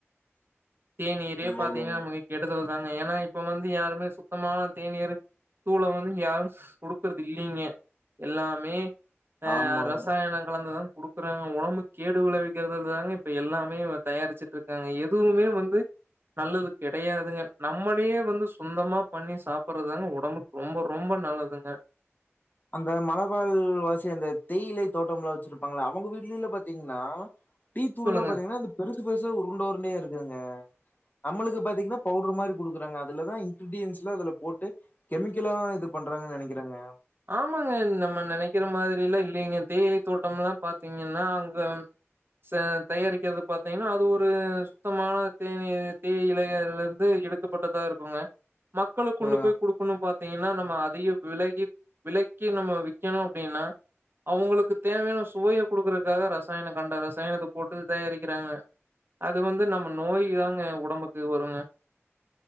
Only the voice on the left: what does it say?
இல்ல
இல்லைங்க
ஆமாங்க
அந்த மலபால் வாசி அந்த தெயிலை தோட்டம்லா வச்சிருப்பாங்ள அவங்க வீட்லலா பதீங்னா டீ தூள்லாம்
பாதீங்னா இந்த பெருசு பெருசா உருண்ட உருண்டையா இருக்குதுங்க அம்முளுக்கு பாத்திங்னா பவுட்ரு மாரி குடுக்குறாங்க அதுலதான் இங்கிரிடியன்ஸ்லா அதுல போட்டு கெமிக்கலா இது பண்றாங்க நெனக்கிறேங்க
ஆ